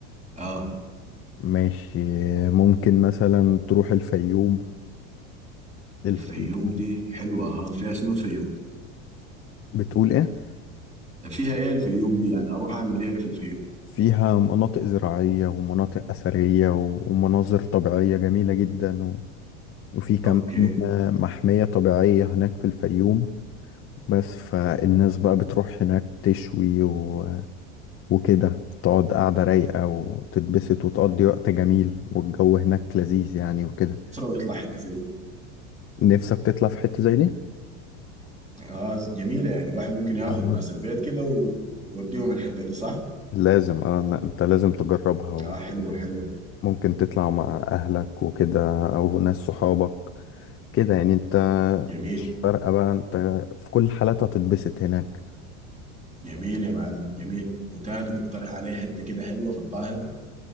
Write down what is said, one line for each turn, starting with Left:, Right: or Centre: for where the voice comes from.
Right: اه
Left: ماشي ممكن مثلا تروح الفيوم الفيوم
Right: الفيوم دي حلوه ها فيها شنو الفيوم
Left: بتقول ايه
Right: فيها ايه الفيوم دي يعني اروح اعمل ايه في الفيوم
Left: فيها مناطق زراعية ومناطق أثرية و- ومناظر طبيعية جميلة جدا و... وفي كمان
Right: اوكي
Left: محمية طبيعية هناك في الفيوم بس فالناس بقى بتروح هناك تشوي و... وكده تقعد قاعدة رايقة وتتبسط وتقضي وقت جميل والجو هناك لذيذ يعني وكده
Right: اسره ويطلع حته زي دي
Left: نفسك تطلع في حتة زي دي
Right: اه جميله يعني الواحد ممكن ياخد
Left: آه.
Right: ناس البيت كده و- ويوديهم الحته دي صح؟
Left: لازم اه لا انت لازم تجربها و-
Right: اه حلوه حلوه
Left: وممكن تطلع مع اهلك وكده او ناس صحابك كده يعني انت
Right: جميل
Left: فرقة بقى انت في كل حالات هتتبسط هناك
Right: جميل يا معلم جميل وتاني تقترح عليه حته كده حلوه في القاهره